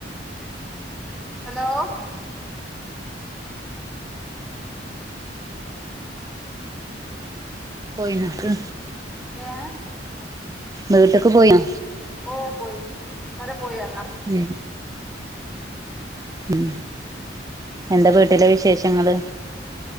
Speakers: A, in the centre; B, on the right.
A: ഹലോ
B: പോയി നോക്ക്
A: ഏഹ്
B: വീട്ട്ക്ക് പോയോ
A: ഓ പോയിന്ന് ഇന്നലെ പോയല്ലോ
B: <unintelligible> ഉം എന്താ വീട്ടില് വിശേഷങ്ങള്